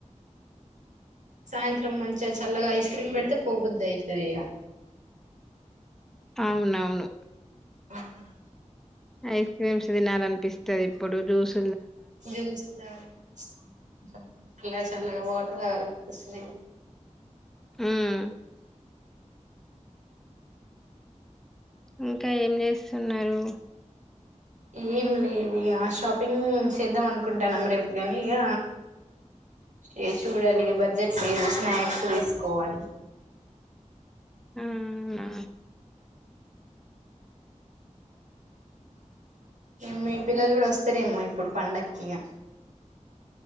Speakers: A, on the right; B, in the centre.
A: సాయంత్ త్రం మంచిగా చల్లగా ఐస్ క్రీమ్ పెడితే పోబుద్ది అయితది ఇగ
B: అవునవును
A: హుమ్మ్
B: ఐస్ క్రీమ్స్ తినాలనిపిస్తది ఇప్పుడు జ్యూస్
A: జ్యూ చల్లగా చల్లగా వాటర్ తాగాలనిపిస్తది
B: మ్మ్ ఇంకా ఏం చేస్తున్నారు
A: ఏం లేదు ఇక షాపింగ్ చేద్దాం అనుకుంటానం రేపు కానీ ఇక ఏ చూడాలిగ బడ్జెట్ మీదు స్నాక్స్ తీసుకోవాలి
B: మ్మ్ ఆ
A: మ్మ్ మీ పిల్లలు కూడా వస్తారేమో ఇప్పుడు పండక్కి ఇగా